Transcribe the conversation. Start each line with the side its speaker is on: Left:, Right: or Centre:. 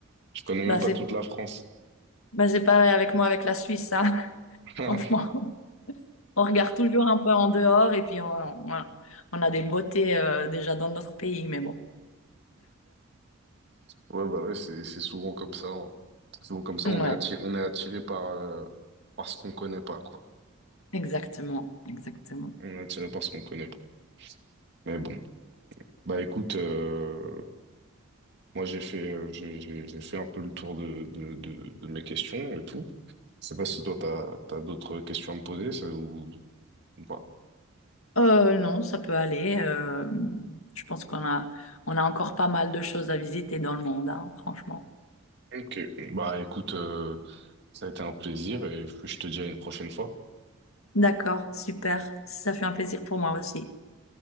Right: je connais même
Left: Bah,
Right: pas
Left: c'est,
Right: toute la France.
Left: bah, c'est pareil avec moi, avec la Suisse, hein. <laughs>
Right: <laughs>
Left: Franchement, on regarde toujours un peu en dehors et puis on, on, on a des beautés, euh, déjà dans notre pays, mais bon.
Right: Ouais, bah ouais, c'est c'est souvent comme ça. hein. C'est souvent comme ça,
Left: Ouais.
Right: on est attiré, on est attiré par, euh, par ce qu'on connaît pas, quoi.
Left: Exactement, exactement.
Right: On est attiré par ce qu'on connaît pas. Mais bon, bah écoute, euh, moi j'ai fait, euh, j'ai j'ai- j'ai fait un peu le tour de, de, de, de mes questions et tout. Je sais pas si toi t'as t'as d'autres questions à me poser ça, ou, ou pas.
Left: Euh, non, ça peut aller. euh, je pense qu'on a, on a encore pas mal de choses à visiter dans le monde, hein, franchement.
Right: Ok. Bah écoute, euh, ça a été un plaisir et je te dis à une prochaine fois.
Left: D'accord, super. Ça fait un plaisir pour moi aussi.